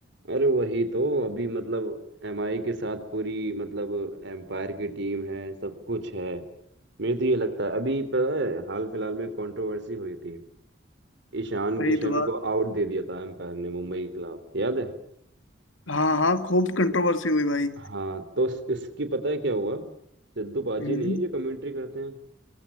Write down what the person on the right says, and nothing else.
अरे वही तो अभी मतलब एमआई के साथ पूरी मतलब एम्पायर की टीम है सब कुछ है मुझे तो ये लगता है अभी पता है हाल फिलहाल में कंट्रोवर्सी हुई थी ईशान
किशन
को आउट दे दिया था एम्पायर ने मुंबई के खिलाफ याद है
हाँ तो इस- इसकी पता है क्या हुआ सिद्धू पाजी
नहीं है जो कमेंट्री करते हैं